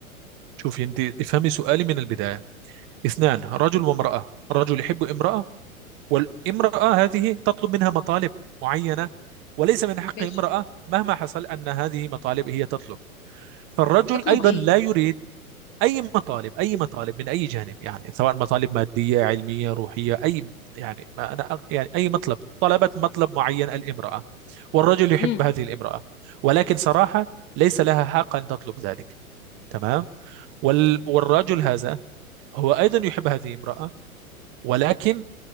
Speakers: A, on the right; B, on the left.
A: شوفي أنت افهمي سؤالي من البداية اثنان رجل وامرأة رجل يحب امرأة والامرأة هذه تطلب منها مطالب معينة وليس من حق
B: ماشي
A: امرأة مهما حصل أن هذه مطالب هي تطلب فالرجل
B: تطلب
A: أيضا
B: ايه
A: لا يريد اي مطالب اي مطالب من اي جانب يعني سواء مطالب ماديه علميه روحيه اي يعني ما انا أق- يعني اي مطلب طلبت مطلب معين الامراه والرجل يحب
B: امم
A: هذه الامراه ولكن صراحه ليس لها حق ان تطلب ذلك تمام وال والرجل هذا هو ايضا يحب هذه الامراه ولكن